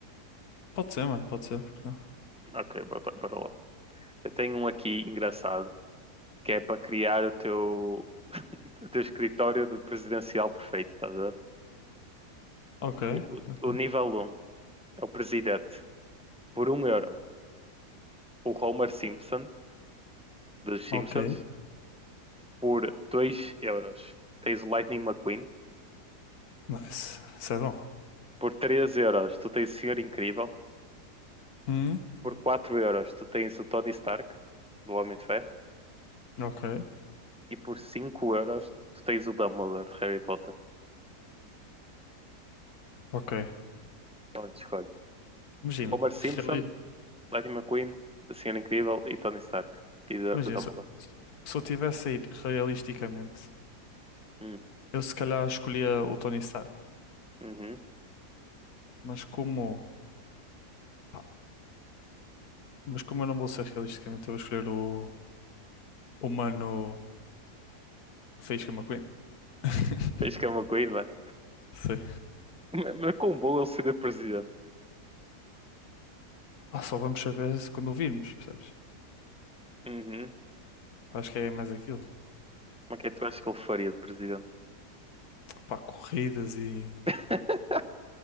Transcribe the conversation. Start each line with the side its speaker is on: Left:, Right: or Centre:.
Left: pode ser, mano, pode ser, porque não?
Centre: Ok, bora, bora lá. Eu tenho um aqui engraçado, que é para criar o teu, <laughs> o teu escritório de presidencial perfeito, estás a ver?
Left: Ok,
Centre: Ni- O,
Left: ok,
Centre: o nível um é o presidente, por um euro. o Homer Simpson dos Simpsons
Left: ok,
Centre: por 2 euros. Tens o Lightning McQueen
Left: nice, isso é bom.
Centre: por 3 euros. Tu tens o Senhor Incrível
Left: Hum,
Centre: por 4 euros. Tu tens o Tony Stark do Homem de Ferro
Left: ok,
Centre: e por 5 euros tu tens o Dumbledore de Harry Potter.
Left: ok.
Centre: Onde escolhes?
Left: Imagina,
Centre: Homer Simpson,
Left: reali...
Centre: Lightning McQueen, o Senhor Incrível e Tony Stark e D-
Left: imagina,
Centre: Dumbledore.
Left: se, se eu tivesse a ir realisticamente,
Centre: Hum,
Left: eu se calhar escolhia o Tony Stark,
Centre: uhum.
Left: mas como, pá, mas como eu não vou ser realisticamente, eu vou escolher o, o mano Faísca McQueen. <laughs>
Centre: Fez que é o McQueen, mano.
Left: Sim.
Centre: Mas mas com bom ele seria presidente.
Left: Pá, só vamos saber se quando o virmos, percebes?
Centre: Uhum.
Left: Acho que é mais aquilo.
Centre: Mas o que é que tu achas que ele faria de presidente?
Left: Pá, corridas e
Centre: <laughs>